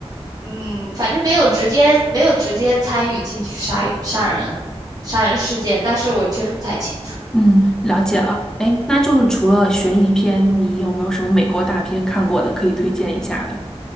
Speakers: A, on the right; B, in the centre.
A: 嗯，反正没有直接没有直接参与进去杀杀人杀人事件，但是我确实不太清楚。
B: 嗯，了解了。哎，那就是除了悬疑片，你有没有什么美国大片看过的可以推荐一下的？